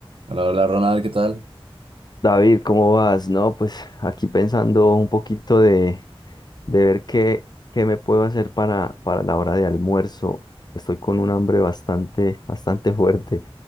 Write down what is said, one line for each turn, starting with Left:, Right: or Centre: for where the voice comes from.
Right: Hola, hola Ronald, ¿qué tal?
Left: David, ¿cómo vas? No, pues aquí pensando un poquito de, de ver qué, qué me puedo hacer para, para la hora de almuerzo. Estoy con un hambre bastante, bastante fuerte.